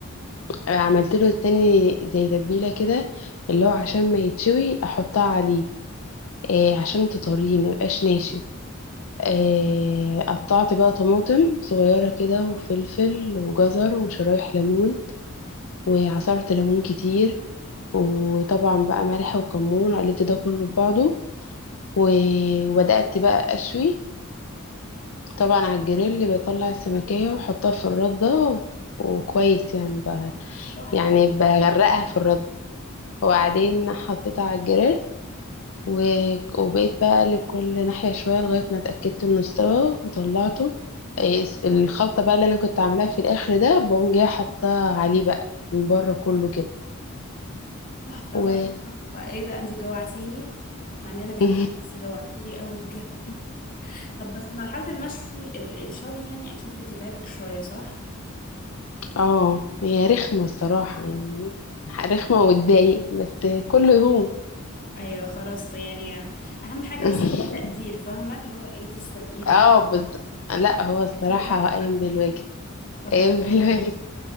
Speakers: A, on the left; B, on the left.
A: آه، عملت له تاني زي تتبيلة كده اللي هو عشان ما يتشوي احطها عليه آه، عشان تطريه ما يبقاش ناشف آه، قطعت بقى طماطم صغيرة كده وفلفل وجزر وشرايح ليمون وعصرت ليمون كتير وطبعا بقى ملح وكمون قلبت ده كله في بعضه و- وبدأت بقى أشوي طبعا على الجريل بطلع السمكية واحطها في الردة و- وكويس يعني ب...
B: تحفة
A: يعني بغرقها في الردة وبعدين حطيتها على الجريل و... وبقيت بقى اقلب كل ناحية شوية لغاية ما اتأكدت انه استوى وطلعته إيه، الس- الخلطة بقى اللي انا كنت عاملاها في الاخر ده بقوم جاية حطها عليه بقى من بره كله كده
B: تحفة
A: و
B: تحفة تحفة ايه ده انتي جوعتيني مع اننا بالليل
A: <laughs>
B: بس جوعتيني قوي بجد طب بس مرحلة المشوي ال- الشوي يعني اكيد بتتعبك شوية صح
A: اه هي رخمة الصراحة يعني رخمة وتضايق بس كله يهون
B: ايوه خلاص يعني اهم حاجه
A: <laughs>
B: بس في تقدير فاهمه اللي هو ايه تسلم ايدك
A: اه بس لا هو الصراحة
B: اكل تحفه
A: قايم بالواجب
B: طب
A: قايم
B: الحمد
A: <laughs> بالواجب